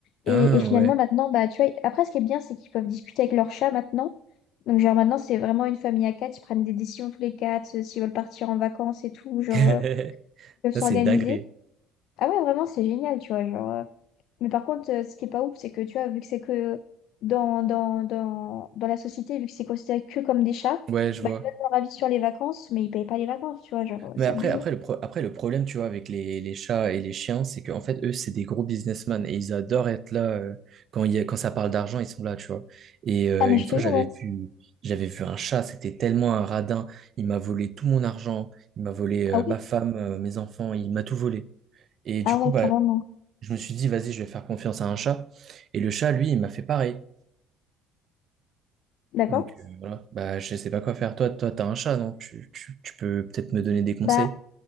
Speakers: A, on the left (about 65°); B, on the right (about 55°).
A: Et,
B: Ah
A: et finalement,
B: ouais.
A: maintenant, bah tu vois, après, ce qui est bien, c'est qu'ils peuvent discuter avec leur chat maintenant. Donc, genre, maintenant, c'est vraiment une famille à quatre, ils prennent des décisions tous les quatre, euh, s'ils veulent partir en vacances et tout, genre,
B: <laughs>
A: euh, ils peuvent s'organiser.
B: Ça, c'est une dinguerie.
A: Ah ouais, vraiment, c'est génial, tu vois, genre. euh, mais par contre, euh, ce qui est pas ouf, c'est que tu vois, vu que c'est que dans, dans, dans, dans la société, vu que c'est considéré que comme des chats,
B: Ouais, je
A: bah,
B: vois.
A: ils donnent leur avis sur les vacances, mais ils payent pas les vacances, tu vois, genre, euh, c'est
B: Mais après,
A: abusé.
B: après, le pro- après, le problème, tu vois, avec les, les chats et les chiens, c'est qu'en fait, eux, c'est des gros businessmen et ils adorent être là. euh, quand il y a- quand ça parle d'argent, ils sont là, tu vois. Et euh,
A: Ah, mais
B: une
A: je
B: fois,
A: te jure,
B: Ouais. j'avais
A: ouais.
B: vu, j'avais vu un chat, c'était tellement un radin. Il m'a volé tout mon argent, il m'a volé euh,
A: Ah ouais?
B: ma femme, euh, mes enfants, il m'a tout volé. Et du
A: Ah ouais,
B: coup, bah,
A: carrément.
B: je me suis dit, vas-y, je vais faire confiance à un chat. Et le chat, lui, il m'a fait pareil.
A: D'accord?
B: Donc euh, voilà, bah, je sais pas quoi faire. Toi, toi, t'as un chat, non? Tu, tu, tu peux peut-être me donner des conseils?
A: Bah,